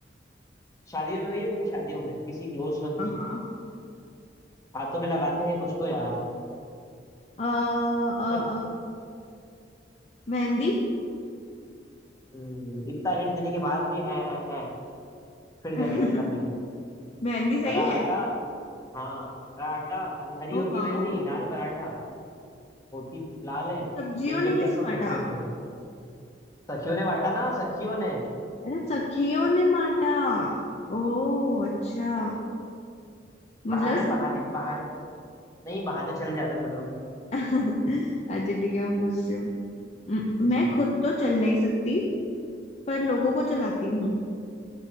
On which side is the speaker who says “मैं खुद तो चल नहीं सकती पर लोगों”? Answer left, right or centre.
Left